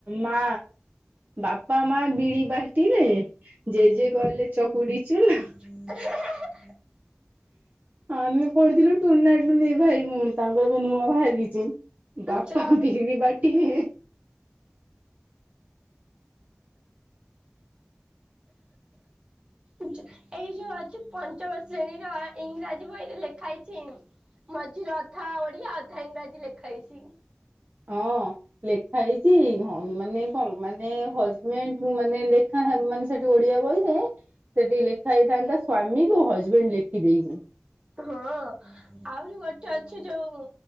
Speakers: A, on the right; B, on the right.
A: ମା ବାପା ମା ବିରି ବାଟିଲେ। ଜେଜେ କଲେ ଚକୁଡି ଚୁନା।
B: <unintelligible>
A: ଆମେ ପଢିଥିଲେ ଟୁନା ଟୁନି ଭାଇ ଭଉଣୀ। ତାଙ୍କ ଏବେ ନୂଆ ଭାରିଚି ବାପା
B: ଚା
A: ବିରି ବାଟିବେ।
B: ଏଯେ ଏଇ ଯୋଉ ଅଛି ପଞ୍ଚମ ଶ୍ରେଣୀର ଇଂରାଜୀ ବହିରେ ଲେଖା ହେଇଛି ଇଁ ମଝିରେ ଅଧା ଓଡିଆ ଅଧା ଇଂରାଜୀ ଲେଖା ହେଇଛି।
A: ହଁ, ଲେଖା ହେଇଛି ହଁ ମାନେ କଣ ମାନେ ହଜବେଣ୍ଡ ମାନେ ଲେ ହଁ, ହଁ ମାନେ ସେଠି ଓଡିଆ ବହିରେ ସେଟି ଲେଖା ହେଇଥାନ୍ତା ସ୍ଵାମୀକୁ ହଜବେଣ୍ଡ ଲେ ଖିଦେଇଚନ୍ତି।
B: ହଁ। ଆହୁରି ଗୋଠେ ଅଛି ଯୋଉ